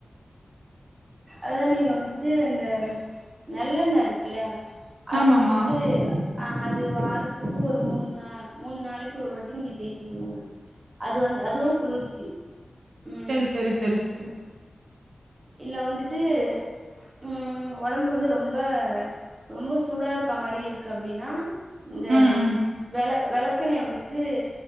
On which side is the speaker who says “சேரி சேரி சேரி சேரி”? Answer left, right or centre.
Right